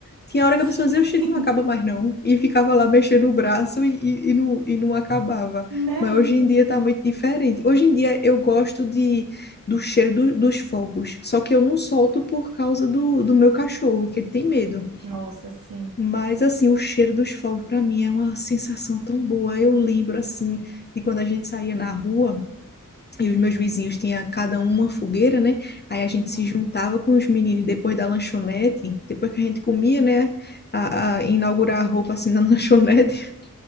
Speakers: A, on the left; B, on the right.
A: Tinha
B: <laughs>
A: hora que a pessoa dizia, oxi, não acaba mais não. E ficava lá mexendo o braço e, e, e não, e não acabava.
B: Né?
A: Mas hoje em dia tá muito diferente. Hoje em dia eu gosto de, do cheiro do- dos fogos. Só que eu não solto por causa do, do meu cachorro, que ele tem medo.
B: Nossa, sim.
A: Mas assim, o cheiro dos fogos para mim é uma sensação tão boa. Eu lembro assim de quando a gente saía na rua. E os meus vizinhos tinham cada um uma fogueira, né? Aí a gente
B: Uhum.
A: se juntava com os meninos depois da lanchonete, depois que a gente comia, né? A, a inaugurar a roupa assim na <laughs> lanchonete.